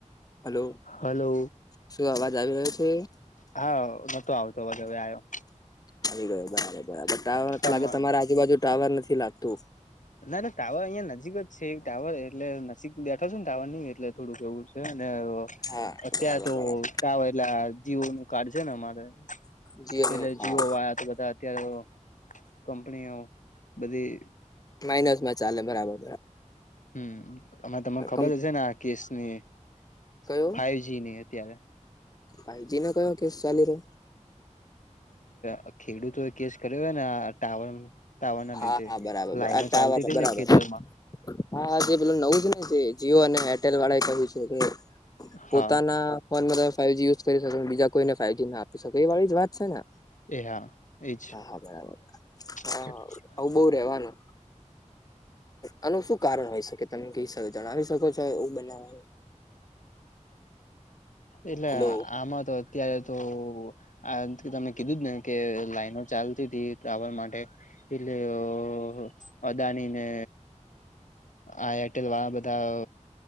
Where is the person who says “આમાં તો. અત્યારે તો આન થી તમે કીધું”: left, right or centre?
Left